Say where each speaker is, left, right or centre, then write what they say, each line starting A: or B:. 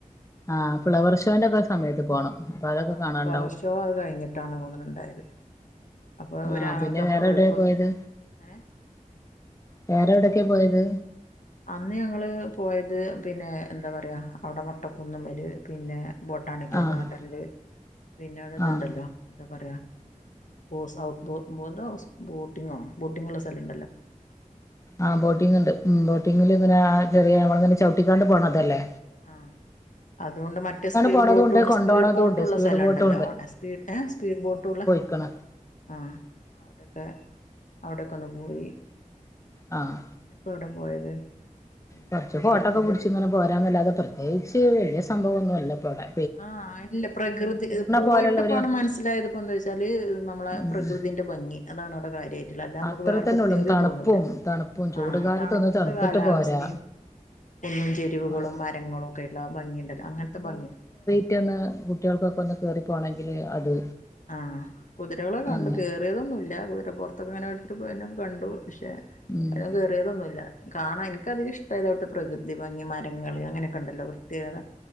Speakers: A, on the left; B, on the left.
A: ആഹ് ഫ്ലവർ ഷോന്റെ ഒക്കെ സമയത്ത് പോണം. അപ്പൊ അതൊക്കെ
B: ആഹ്
A: കാണാണ്ടാവും
B: ഫ്ലവർഷോ അത് കഴിഞ്ഞിട്ടാണ് തോന്ന്ണു ഉണ്ടായത്. അപ്പോ
A: ആഹ്
B: ഒരാങ്ങൾക്ക്
A: പിന്നെ
B: അപ്പോ
A: വേറെ
B: ഗൾഫ്
A: എവിടെ പോയത്
B: ഏഹ്.
A: വേറെ എവ്ടെയൊക്കെ പോയത്?
B: അന്ന് ഞങ്ങള് പോയത് പിന്നെ എന്താ പറയാ അവിടെ മുട്ടക്കുന്ന്മ്മല് പിന്നെ. ബോട്ടാണിക്കൽ
A: ആഹ്
B: ഗാർഡന്ല് പിന്നെ അവിടെ ഇത്ണ്ടല്ലോ
A: ആഹ്
B: എന്താ പറയാ. ബോസ് ഔട്ട്ബോ എന്തോ ബോട്ടിങ്ങോ ബോട്ടിങ് ഉള്ള സ്ഥലണ്ടല്ലോ.
A: ആഹ് ബോട്ടിങ് ഉണ്ട് ബോട്ടിംഗിൽ
B: ആ
A: ഇങ്ങനെ ആഹ് ചെറിയ ഞമ്മൾ ഇങ്ങനെ ചവിട്ടിക്കാണ്ട് പോണ അതല്ലേ.
B: ആഹ്. അതുംണ്ട് മറ്റേ സ്പീഡ്
A: പോണതും
B: ബോട്ടുണ്ട്
A: ഉണ്ട് കൊണ്ടോണതും
B: സ്പീഡ് ബോട്ട്ള്ള
A: ഉണ്ട് സ്പീഡ്
B: സ്ഥലം
A: ബോട്ടും
B: ഉണ്ടല്ലോ അവ്ടെ സ്പീഡ് ഏഹ് സ്പീഡ് ബോട്ടുള്ള.
A: ക്കണ
B: ആഹ് അവിടൊക്കെ അവിടെക്കെ ഒന്ന് പോയി
A: ആഹ്
B: പിന്നെപ്പോ എവിടെ പോയത് പിന്നെ
A: കുറച്ച്
B: ഒരു
A: ഫോട്ടോ
B: സ്ഥലത്തിന്റെ
A: ഒക്കെ പിടിച്ച ഇങ്ങനെ പോരാന്നല്ലാതെ പ്രത്യേകിച്ച് വലിയ സംഭവം ഒന്നുമല്ല ഇപ്പടെ
B: ആഹ് ഇല്ല പ്രകൃതി പോയിട്ട്
A: പോലെയുള്ള
B: പോണം
A: ഒരു
B: മനസ്സിലായത് ഇപ്പോ എന്താ വെച്ചാല് നമ്മളെ
A: ഉം
B: പ്രകൃതി ഭംഗി അതാണ് അവിടെ കാര്യമായിട്ട് അല്ല നമുക്ക്
A: അത്ര
B: വേറെ
A: തന്നെ
B: പ്രത്യേകതയും
A: ഉള്ളൂ തണുപ്പും
B: തോന്നൂല്ല
A: തണുപ്പും ചൂട്
B: ആഹ്
A: കാലത്ത്
B: തണുത്ത
A: ഒന്ന് തണുത്തിട്ട്
B: കാലാവസ്ഥയും
A: പോരാ
B: കുന്നും ചെരുവകളും
A: ആഹ്
B: മരങ്ങളും ഒക്കെള്ള ആഹ് ഭംഗിയുണ്ടല്ലോ അങ്ങനത്തെ ഭംഗി
A: മറ്റൊന്ന് കുട്ടികൾക്കൊക്കെ ഒന്ന് കേറി പോണെങ്കിൽ അത്
B: ആഹ് കുതിരകളെ കണ്ടു
A: അങ്ങ്
B: കേറി യോതോന്നും ഇല്ല വിടെ പുറത്തൊക്കെ ഇങ്ങനെ എടുത്തിട്ട് കണ്ടു പക്ഷേ
A: ഉം
B: ഞാൻ കേയറിയതൊന്നുമില്ല കാണൻ എനിക്ക അധികം ഇഷ്ടം ഇതുപോലത്തെ പ്രകൃതി ഭംഗി മരങ്ങൾ അങ്ങനെയൊക്കെ ഉണ്ടല്ലോ പ്രത്യേകത